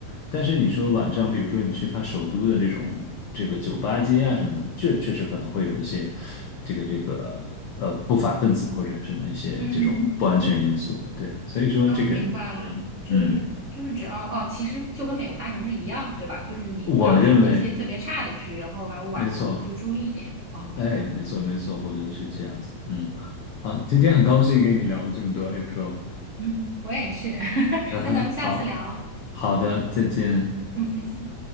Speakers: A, on the left; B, on the right.
A: 但是你说晚上，比如说你去他首都的这种这个酒吧街啊什么的，这确实可能会有一些这个这个呃不法分子或者什么一些这种不安全因素。
B: 嗯，
A: 对，所以说这个嗯嗯，
B: 啊，明白了，就是就是只要哦，其实就跟美国大城市一样，对吧？就是你不要去那些特别差的区，
A: 我认为
B: 然后还有晚上什么就注意一点。
A: 没错，
B: 哦，
A: 哎，
B: 明白了
A: 没错没错，我觉得是这样子。嗯，啊，今天很高兴跟你聊了这么多，April。
B: 嗯，我也是，<laughs>
A: 嗯哼，
B: 那咱们下次聊，
A: 好好的，再见。
B: 嗯，再见。